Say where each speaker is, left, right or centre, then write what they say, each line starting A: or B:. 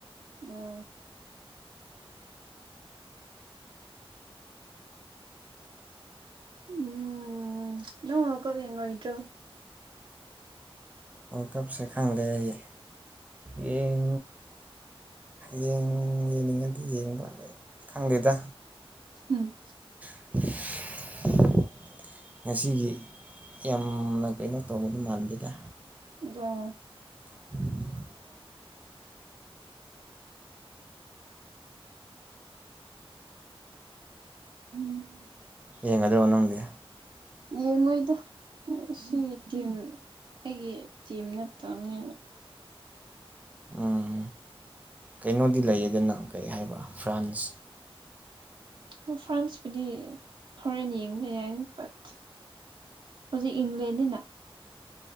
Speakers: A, on the right (about 55°); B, on the right (about 15°).
A: ꯑꯣ ꯎꯝ ꯅꯪ ꯋꯥꯜ ꯀꯞ ꯌꯦꯡꯔꯣꯏꯗ꯭ꯔꯣ
B: ꯋꯥꯜ ꯀꯞꯁꯦ ꯈꯪꯗꯦ ꯑꯩꯗꯤ ꯌꯦꯡ ꯌꯦꯡꯅꯤꯡ ꯌꯦꯡꯅꯤꯡꯉꯗꯤ ꯌꯦꯡꯕ ꯈꯪꯗꯦꯗ
A: ꯍꯨꯝ
B: <unintelligible> ꯉꯁꯤꯒꯤ ꯌꯥꯝꯅ ꯀꯩꯅꯣ ꯇꯧꯕꯗꯤ ꯃꯥꯟꯗꯦꯗ
A: ꯑꯗꯣꯡ
B: ꯑ <inaudible>
A: ꯎꯝ
B: ꯌꯦꯡꯒꯗ꯭ꯔꯣ ꯅꯪꯗꯤ
A: ꯌꯦꯡꯉꯣꯏꯗ ꯉꯁꯤꯒꯤ ꯇꯤꯝ ꯑꯩꯒꯤ ꯇꯤꯝ ꯅꯠꯇꯕꯅꯤꯅ
B: ꯎꯝ ꯀꯩꯅꯣꯗꯤ ꯂꯩꯌꯦꯗꯅꯥ ꯀꯩ ꯍꯥꯏꯕ ꯐ꯭ꯔꯥꯟꯁ
A: ꯑꫭ ꯐ꯭ꯔꯥꯟꯁꯄꯨꯗꯤ ꯈꯔꯟ ꯌꯦꯡꯕꯗꯤ ꯌꯥꯏ ꯕꯠ ꯍꯧꯖꯤꯛ ꯏꯪꯂꯦꯟꯅꯤꯅꯥ